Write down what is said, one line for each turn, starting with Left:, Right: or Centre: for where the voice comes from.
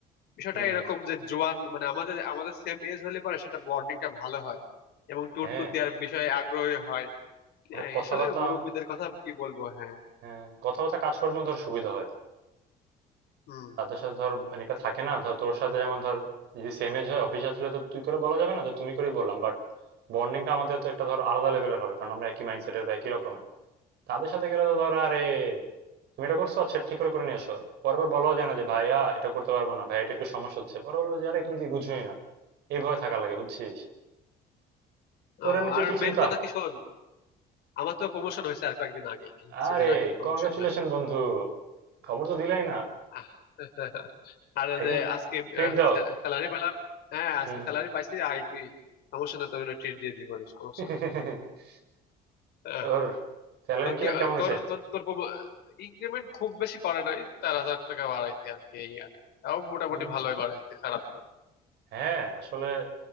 Left: বিষয়টা
Right: হুম,
Left: এরকম যে জোয়ান মানে আমাদের আমাদের সেম এজ হলে পারে সেটা বন্ডিংটা ভালো হয় এবং ট্যুর
Right: হ্যাঁ
Left: ট্যুর দেওয়ার বিষয়ে আগ্রহী হয়
Right: আরে
Left: হ্যাঁ
Right: কথাবার্তা
Left: আসলে মুরব্বিদের কথা কি বলবো হ্যাঁ
Right: হ্যাঁ কথাবার্তা কাজকর্ম ধর সুবিধা হয়
Left: হুম
Right: তাদের সাথে ধর মানে একটা থাকে না ধর তোর সাথে যেমন ধর যদি সেম এজ হয় অফিসার ছিল তো তুই করে বলা যাবে না তো তুমি করেই বললাম বাট বন্ডিংটা আমাদের তো একটা ধর আলাদা লেভেলের হবে কারণ আমরা একই মাইন্ডসেটের বা একই রকমের তাদের সাথে গেলে তো ধর আরে তুমি এটা করছো আচ্ছা এটা ঠিক করে করে নিয়ে আসো পরবার বলাও যায় না যে ভাইয়া এটা করতে পারবো না ভাই এটা একটু সমস্যা হচ্ছে পরে বলবো যে আরে তুমি কি বুঝোই না এইভাবে থাকা লাগে বুঝছিস তোর
Left: আহ,
Right: এমনিতে
Left: আর
Right: কি চিন্তা
Left: মেন কথা কি শোন আমার তো প্রমোশন হয়েছে আর কয়েকদিন আগে এই কিছুদিন
Right: আরে
Left: আগে প্রমোশন
Right: কংগ্রাচুলেশন
Left: হয়েছে
Right: বন্ধু খবর তো দিলাই না
Left: <laughs> আহ, আর
Right: একদিন
Left: যে আজকে
Right: ট্রিট দাও
Left: স্যালারি পেলাম হ্যাঁ আজকে
Right: হুম হুম।
Left: স্যালারি পাইছি আই তুই সমস্যা না তোর ট্রিট দিয়ে দিব না সমস্যা
Right: <laughs>
Left: না হ্যাঁ
Right: তোর স্যালারি
Left: তোর
Right: ইনক্রিমেন্ট
Left: কি আহ,
Right: কেমন হয়েছে
Left: তোর তোর তোর ইনক্রিমেন্ট খুব বেশি করে নাই চার হাজার টাকা বাড়াইছে আর কি এই আর তাও মোটামুটি
Right: হুম
Left: ভালোই বাড়াইছে খারাপ না
Right: হ্যাঁ আসলে